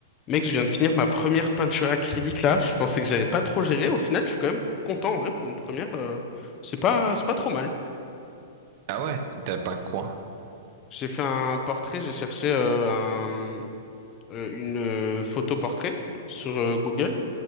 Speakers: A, on the left; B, on the right.
A: Mec, je viens de finir ma première peinture acrylique là. Je pensais que j'allais pas trop gérer. Au final, je suis quand même content en vrai pour une première. euh, c'est pas, c'est pas trop mal.
B: Ah ouais, t'as pas quoi?
A: J'ai fait un portrait. J'ai cherché euh, un, euh, une euh, photo portrait sur euh, Google.